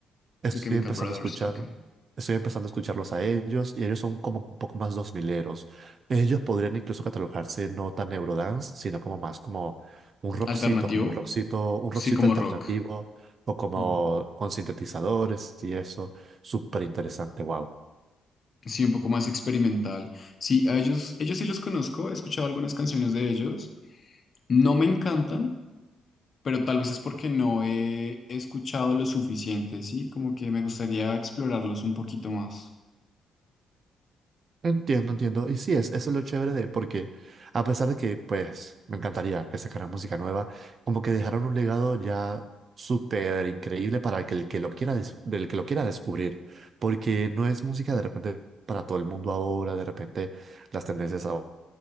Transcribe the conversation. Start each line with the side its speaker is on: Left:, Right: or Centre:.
Right: Estoy
Left: The Chemical
Right: empezando
Left: Brothers,
Right: a escuchar,
Left: ok.
Right: estoy empezando a escucharlos a ellos y ellos son como un poco más dos mileros. Ellos podrían incluso catalogarse no tan eurodance, sino como más como un rockcito,
Left: Alternativo,
Right: como un rockcito, un rockcito
Left: sí, como
Right: alternativo
Left: rock.
Right: o como
Left: Mm.
Right: con sintetizadores y eso. Súper interesante, wow.
Left: Sí, un poco más experimental. Sí, a ellos, ellos sí los conozco, he escuchado algunas canciones de ellos. No me encantan, pero tal vez es porque no he escuchado lo suficiente, sí, como que me gustaría explorarlos un poquito más.
Right: Entiendo, entiendo. Y sí, es, eso es lo chévere de, porque a pesar de que, pues, me encantaría que sacaran música nueva, como que dejaron un legado ya súper increíble para que el que lo quiera, dis- del que lo quiera descubrir, porque no es música de repente para todo el mundo ahora, de repente las tendencias aho-